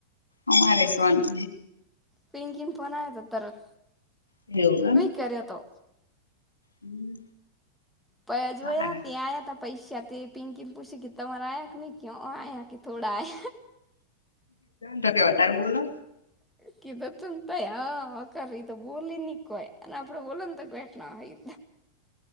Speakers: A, on the left; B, in the centre.
A: અમારે શવાંત
B: પિંકીમ ફોન આવ તો ત
A: એવું એમ
B: કે્યારેતો
A: હમ
B: પ જો
A: સારું
B: ત્યાં આયા ત પૈસાા તે પિંકી ને પૂછી તમારે આયા કે ન ક આયા કે થોડા આ
A: તો કે તારે બોલો
B: કીધ તંત આકાર એ બોલી નની કોય અને આપડે બોલન તો બેઠ ના હોય